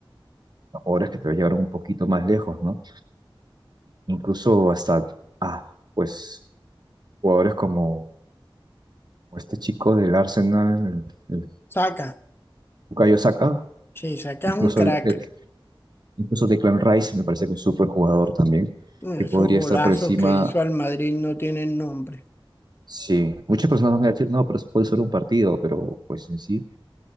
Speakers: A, on the right (about 50°); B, on the left (about 25°).
A: a jugadores que te llevaron un poquito más lejos, ¿no? Incluso hasta, ah, pues, jugadores como este chico del Arsenal, el, el
B: Saca,
A: Bukayo Saka,
B: sí, Saca
A: incluso,
B: es un crack.
A: el, el- incluso Declan Rice me parece que es un súper jugador también,
B: Mm,
A: que podría
B: Esos golazos
A: estar por encima.
B: que hizo al Madrid no tienen nombre.
A: Sí, muchas personas me dicen, no, pero eso fue solo un partido, pero pues en sí,